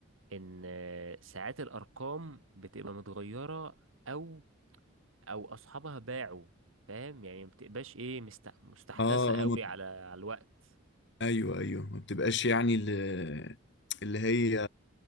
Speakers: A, on the right; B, on the left.
A: ان آه، ساعات الارقام بتبقى متغيره او او اصحابها باعوا فاهم يعني ما بتبقاش ايه مست- مستحدثه
B: اه
A: قوي
B: ما-
A: على على الوقت
B: ايوه ايوه ما بتبقاش يعني اللي, اللي هي